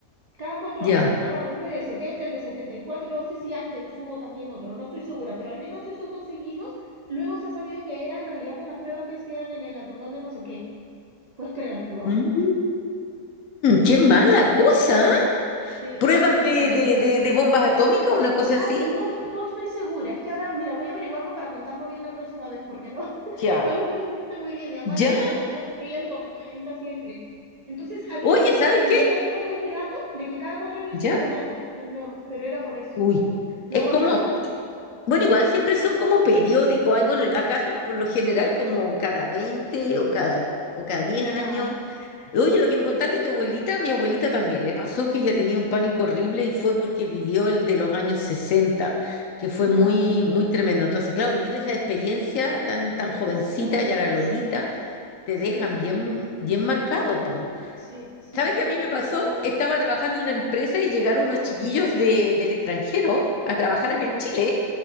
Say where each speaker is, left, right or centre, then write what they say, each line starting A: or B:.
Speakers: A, on the right; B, on the left.
A: Cada cuatro
B: Ya.
A: años, clavado, este del 70 el del 74, no sé si antes hubo también otro, no estoy segura, pero al menos esos dos seguidos, luego se ha sabido que era en realidad por las pruebas que quedan en el atolón de no sé qué. ¿Puedes creerlo?
B: Mm, qué mala cosa, ¿ah?
A: Sí,
B: ¿Pruebas
A: tremendo.
B: de, de, de, de bombas atómicas, una cosa
A: Ah,
B: así?
A: no, no estoy segura, es que ahora, mira, voy a averiguarlo para contarlo bien la próxima vez, porque no, <laughs>
B: Ya.
A: no lo no lo sé muy bien, mi mamá es
B: Ya.
A: la que se lo sabe, ella lo comenta siempre. Entonces, hab-
B: Oye,
A: hay como,
B: ¿sabes
A: en
B: qué?
A: Perú hay como ese dato de que cada cuatro años hay
B: Ya.
A: terremoto o temblor, pero era por eso.
B: Uy. Es
A: Luego
B: como,
A: ya no,
B: bueno, igual siempre son como periódicos. Ay, bueno, acá son por lo general como cada 20 o cada, o cada 10 años.
A: ya.
B: Oye, lo que me contaste tu abuelita, mi abuelita también, le pasó que ella tenía un pánico horrible y fue porque vivió el de los años 60, que fue
A: Ya,
B: muy, muy tremendo. Entonces, claro, vivir esa experiencia tan, tan
A: tiene
B: jovencita,
A: que ser.
B: ya la Lolita,
A: Sí,
B: te
A: sí,
B: dejan bien, bien marcado, po.
A: sí, sí,
B: ¿Sabes
A: sí,
B: qué
A: tiene
B: a mí me
A: que
B: pasó?
A: ser.
B: Estaba trabajando
A: Mm,
B: en una empresa y llegaron unos chiquillos de, del extranjero a trabajar
A: mm,
B: acá en Chile